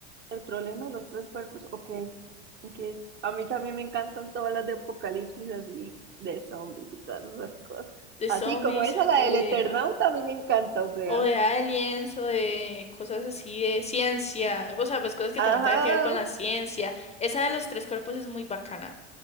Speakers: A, on the right; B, on the left.
A: El problema de los tres cuerpos, ok. ok. A mí también me encantan todas las de apocalipsis así, de zombies y todas esas cosas.
B: de
A: Así
B: zombies
A: como esa, la
B: o de,
A: del Eternauta, a mí me encanta, o sea.
B: o de aliens o de cosas así de ciencia. O sea, pues cosas que
A: Ajá.
B: también tienen que ver con la ciencia. Esa de los tres cuerpos es muy bacana